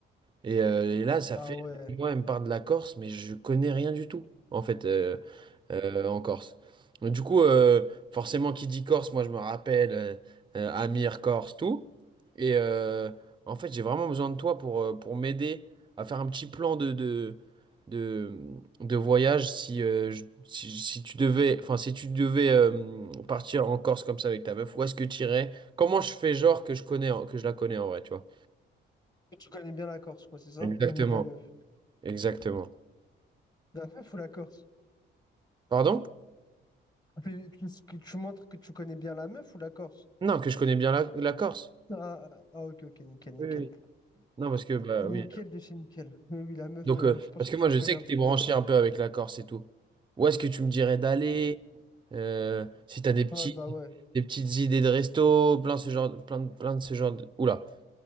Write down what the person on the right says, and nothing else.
Et, euh, et là, ça
fait,
moi, elle me parle de la Corse, mais je connais rien du tout, en fait. Euh, euh, en Corse. Donc, Du coup, euh, forcément, qui dit Corse, moi je me rappelle euh, euh, Amir, Corse, tout. Et euh, en fait, j'ai vraiment besoin de toi pour, euh, pour m'aider à faire un petit plan de, de, de, de voyage si, euh, je- si, si tu devais, enfin, si tu devais euh, partir en Corse comme ça avec ta meuf, où est-ce que tu irais? Comment je fais genre que je connais, en- que je la connais en vrai, tu vois?
Exactement,
exactement.
Pardon?
Non, que je connais bien la, la Corse.
Oui, oui. Non, parce que, bah
oui.
Donc,
euh,
parce
que
moi,
je
sais
que
tu es
branché
un peu avec la Corse et tout. Où est-ce que tu me dirais d'aller? Euh, si tu as des petits,
des petites idées de resto, plein ce genre, plein, de- plein de ce genre de... Oula.